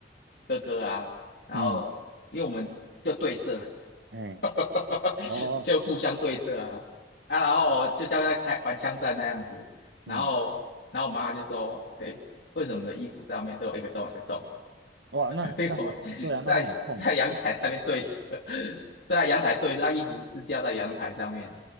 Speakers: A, on the left (about 65°); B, on the right (about 80°).
A: 哥哥啊，然后因为我们就对射，
B: 嗯，哎，
A: <laughs>
B: 哦，
A: 就互相对射啊啊，然后就像在开玩枪战那样子，
B: 嗯，
A: 然后然后我妈就说，哎，为什么我们的衣服上面都有一个洞一个洞？
B: 哇，那那对啊，
A: <laughs> 因为我们在在阳台那边对射，
B: 那很痛哎、
A: 在阳台对射，啊，衣服是吊在阳台上面，